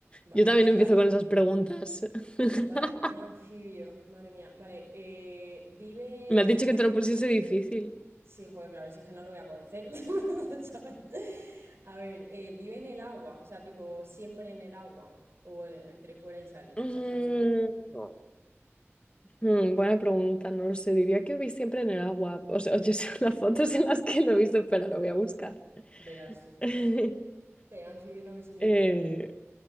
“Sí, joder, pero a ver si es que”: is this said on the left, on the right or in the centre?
Right